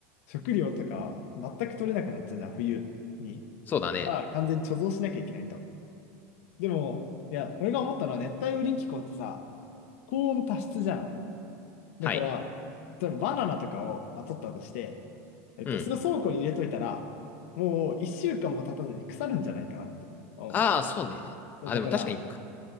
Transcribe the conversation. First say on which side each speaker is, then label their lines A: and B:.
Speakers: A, on the left; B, on the left.
A: 食料とか全く取れなくなっちゃうじゃん、冬に。
B: そうだね。
A: が完全に貯蔵しなきゃいけないと。でも、いや、俺が思ったのは熱帯雨林気候ってさ、高温多湿じゃん。だから、
B: はい、
A: 例えばバナナとかを、まあ、取ったとして、えっと、
B: うん。
A: それを倉庫に入れといたら、もう1週間も経たずに腐るんじゃないかなって思うんだ
B: ああ、そうね。
A: よ。
B: あ、
A: だから、
B: でも確かに、く